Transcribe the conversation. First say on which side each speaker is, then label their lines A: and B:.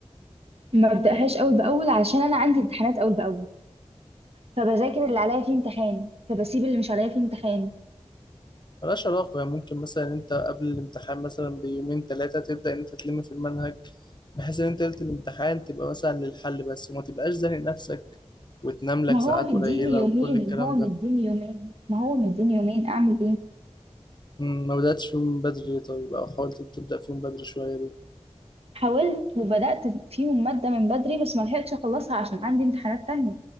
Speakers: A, on the right; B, on the left.
A: ما ببدأهاش أول بأول عشان أنا عندي امتحانات أول بأول فبذاكر اللي عليا فيه امتحان فبسيب اللي مش عليا فيه امتحان
B: ملهاش علاقه يعني ممكن مثلا انت قبل الامتحان مثلا بيومين ثلاثه تبدا انت تلم في المنهج بحيث ان انت ليله الامتحان تبقى مثلا للحل بس وما تبقاش زانق نفسك وتنام لك
A: ما
B: ساعات
A: هو مديني
B: قليله
A: يومين
B: وكل الكلام
A: ما هو
B: ده
A: مديني يومين ما هو مديني يومين أعمل إيه
B: مم، ما بدأتش فيهم من بدري ليه؟ طيب أو حاولت تبدأ فيهم بدري شوية ليه؟
A: حاولت وبدأت فيهم مادة من بدري بس ما لحقتش أخلصها عشان عندي امتحانات تانية